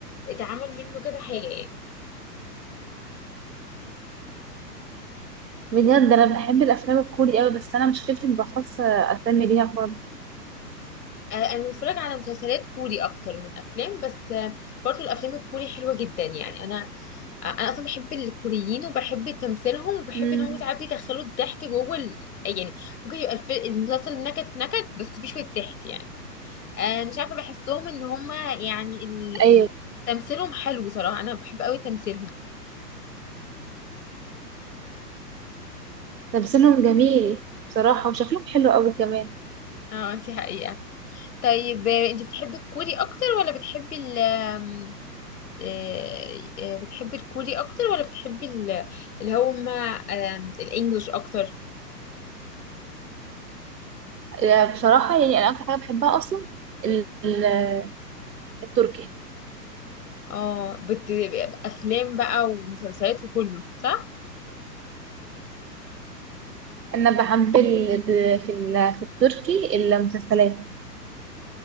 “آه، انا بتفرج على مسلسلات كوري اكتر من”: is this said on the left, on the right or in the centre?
Left